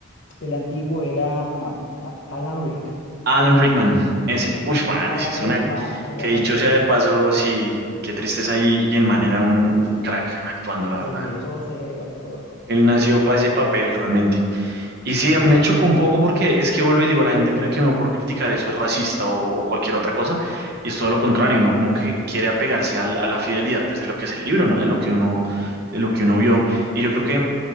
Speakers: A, on the left (about 55°); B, on the right (about 50°).
A: el antiguo era A- Alan Rick,
B: Alan Rickman. Ese. Uf, man,
A: Alan
B: ese es
A: Rickman,
B: una...
A: que ya
B: Que dicho
A: falleció.
B: sea de paso, sí, qué tristeza. Y, y el man era un, un crack actuando, la verdad.
A: Severo, severo actor.
B: Él nació para ese papel, realmente. Y sí,
A: Sí,
B: me
A: sí,
B: choca un poco porque es que vuelvo y digo, la gente cree que uno por criticar eso es racista o, o cualquier otra cosa, y es todo lo contrario, uno como que quiere apegarse al- a, la fidelidad pues, de lo que es el libro, ¿no? De lo que uno, de lo que uno vio. Y yo creo que